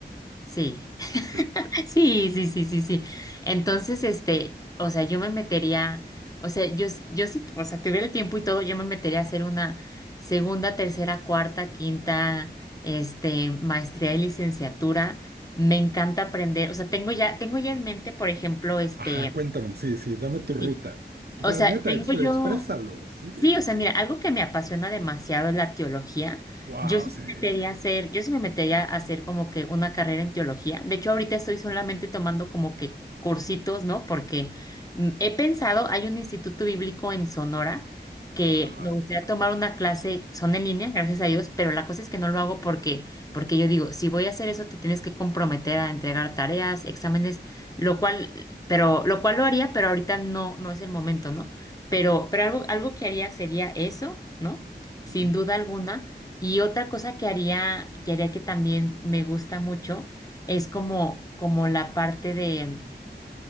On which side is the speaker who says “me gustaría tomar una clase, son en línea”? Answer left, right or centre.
Left